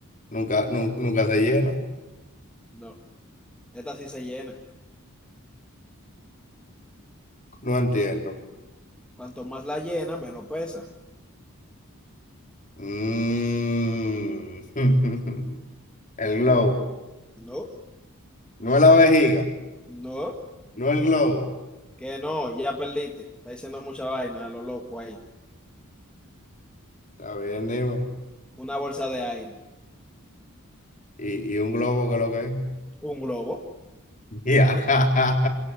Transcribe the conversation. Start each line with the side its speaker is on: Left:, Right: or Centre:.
Left: nunca, nu-
Centre: No,
Left: nunca se llena.
Centre: no. esta sí se llena.
Left: No entiendo.
Centre: Cuanto más la llena, menos pesa.
Left: Mm. <laughs> El globo.
Centre: No,
Left: No es la vejiga.
Centre: no,
Left: No el globo.
Centre: que no, ya perdiste. Está diciendo mucha vaina a lo loco ahí.
Left: Está bien, dime.
Centre: Una bolsa de aire,
Left: ¿Y, y un globo qué es lo que es?
Centre: un globo,
Left: <laughs> Ya.